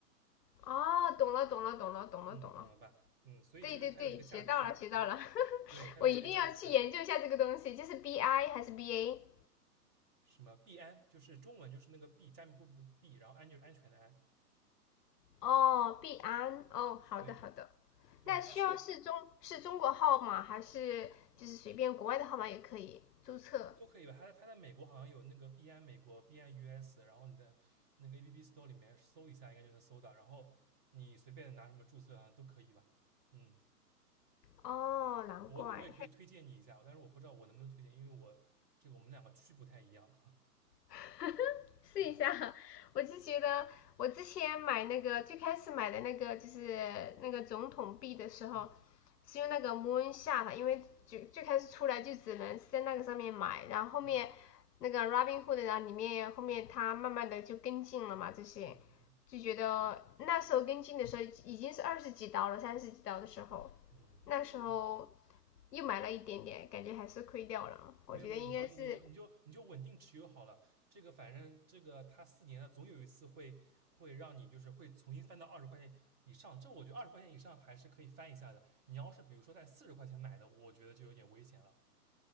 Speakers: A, on the left (about 80°); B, on the right (about 20°).
A: 哦，懂了，懂了，懂了，懂了，
B: 嗯，
A: 懂了。
B: 懂了吧？嗯，所以就是它有这个价值在，
A: 对对对，学到了，学到了。<laughs>
B: 对，它有这个价值在。
A: 我一定要去研究一下这个东西，就是 BI 还是 BA？
B: 什么币安，就是中文就是那个币，加密货币的币，然后安就是安全的安。
A: 哦，币安，哦，好的好的。
B: 对对，
A: 那需要是中是中国号码还是就是随便国外的号码也可以注册？
B: 它是都可以吧？它在它在美国好像有那个币安美国、币安 US，然后你在那个 APP Store 里面搜一下，应该就能搜到。然后你随便拿什么注册好像都可以吧？嗯，
A: 哦，难怪。
B: 我我也可以推荐你一下，但是我不知道我能不能推荐，因为我这个我们两个区不太一样。<laughs>
A: <laughs> 试一下，
B: 嗯
A: 我就觉得我之前买那个最开始买的那个就是那个总统币的时候，
B: 嗯
A: 是用那个 Moon 下的，因为就最开始出来就只能是在那个上面买，然后后面那个
B: 嗯
A: Robinhood，然后里面后面它慢慢的就跟进了嘛，这些就觉得那时候跟进的时候已经是二十几刀了，
B: 嗯
A: 三十几刀的时候，
B: 嗯嗯，
A: 那时候
B: 对。
A: 又买了一点点，感觉还是亏掉了，我觉得应该是
B: 没有没有，你放心，你就你就你就稳定持有好了。这个反正这个它四年了，总有一次会会让你就是会重新翻到二十块钱以上。这我觉得二十块钱以上还是可以翻一下的。你要是比如说在四十块钱买的，我觉得就有点危险了。